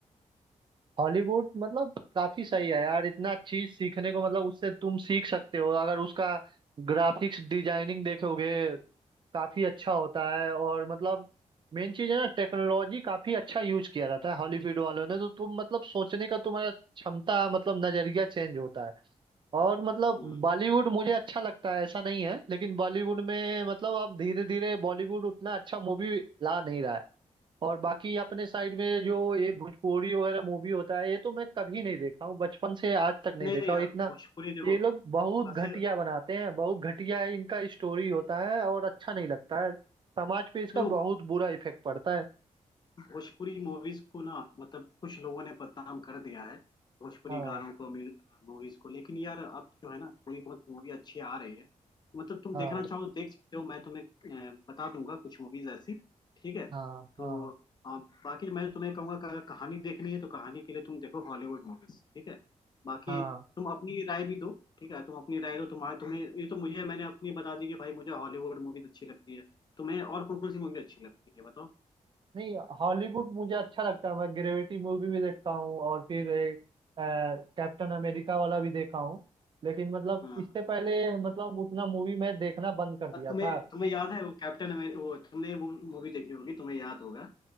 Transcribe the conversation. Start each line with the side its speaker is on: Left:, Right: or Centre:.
Right: हॉलीवुड मतलब काफी सही है यार इतना चीज सीखने को मतलब उससे तुम सीख सकते हो अगर उसका ग्राफिक्स डिजाइनिंग देखोगे काफी अच्छा होता है और मतलब मेन चीज है ना टेक्नोलॉजी काफी अच्छा यूज किया जाता है हॉलीवुड वालों ने तो तुम मतलब सोचने का तुम्हारा क्षमता मतलब नजरिया चेंज होता है और मतलब
Left: हैं हम्म,
Right: बॉलीवुड मुझे अच्छा लगता है ऐसा नहीं है लेकिन बॉलीवुड में मतलब अब धीरे धीरे बॉलीवुड उतना अच्छा मूवी ला नहीं रहा है और बाकी अपने साइड में जो ये भोजपुरी वगैरह मूवी होता है ये तो मैं कभी नहीं देखा हूँ बचपन से आज तक नहीं
Left: नहीं
Right: देखा
Left: नहीं
Right: हूँ
Left: यार
Right: इतना
Left: भोजपुरी देखो
Right: ये लोग बहुत
Left: बस
Right: घटिया बनाते हैं बहुत घटिया है इनका स्टोरी होता है और अच्छा नहीं लगता है समाज पे इसका
Left: देखो
Right: बहुत बुरा इफेक्ट पड़ता है
Left: भोजपुरी मूवीज को ना मतलब कुछ लोगों ने बदनाम कर दिया है भोजपुरी
Right: हाँ
Left: गानों को मूवीज को लेकिन यार अब जो है ना थोड़ी बहुत मूवी अच्छी आ रही है मतलब तुम
Right: हाँ
Left: देखना चाहो तो देख सकते हो मैं तुम्हें अ, बता दूंगा कुछ मूवीज ऐसी ठीक है
Right: हाँ
Left: तो
Right: हाँ
Left: अ, बाकी मैं तो तुम्हें कहूंगा कि अगर कहानी देखनी है तो कहानी के लिए तुम देखो हॉलीवुड मूवीज ठीक है बाकी
Right: हाँ
Left: तुम अपनी राय भी दो ठीक है तुम अपनी राय दो तुम्हारे तुम्हें ये तो मुझे मैंने अपनी बता दी कि भाई मुझे हॉलीवुड मूवीज अच्छी लगती है तुम्हें और कौन कौन सी मूवी अच्छी लगती है बताओ
Right: नहीं हॉलीवुड मुझे अच्छा लगता है मैं ग्रेविटी मूवी भी देखता हूँ और फिर ए, कैप्टन अमेरिका वाला भी देखा हूँ लेकिन मतलब
Left: हाँ।
Right: इससे पहले मतलब उतना मूवी मैं देखना बंद कर दिया
Left: और तुम्हें
Right: था
Left: तुम्हें याद है वो कैप्टन अमेरिका वो तुमने वो मूवी देखी होगी तुम्हें याद होगा